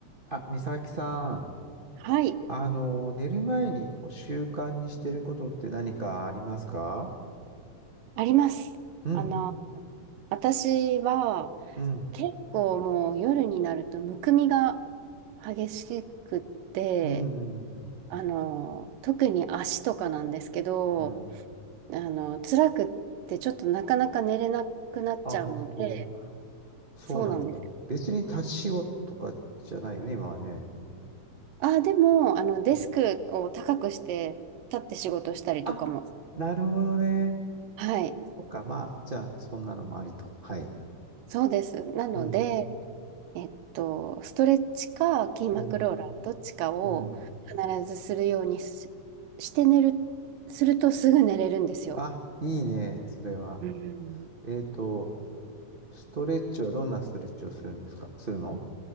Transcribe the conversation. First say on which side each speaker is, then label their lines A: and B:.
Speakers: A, on the right (about 35°); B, on the right (about 80°).
A: あ、美咲さん、
B: はい、
A: あの、寝る前にこう習慣にしてることって何かありますか
B: あります。
A: うん、
B: あの、私は
A: うん、
B: 結構もう夜になるとむくみが激しくって、
A: うん、うん、
B: あの、特に足とかなんですけど、
A: うん。
B: あの、辛くってちょっとなかなか寝れなくなっちゃうので、
A: あ、本当、そうなんだ。
B: そうなんです。
A: 別に立ち仕事とかじゃないよね、今はね。うん
B: あ、でも、あの、デスクを高くして立って仕事したりとかも、
A: うんあ、なるほどね。
B: はい、
A: そっか、まあ、じゃあ、そんなのもありと。はい。
B: そうです。なので、
A: うん、
B: えっと、ストレッチか筋膜ローラー、
A: うん、
B: どっちかを必ずするようにし、
A: うん。
B: して寝る、するとすぐ寝れるんですよ。
A: あ、いいね、それは。
B: うん。
A: えっと、ストレッチはどんなストレッチをするんですかするの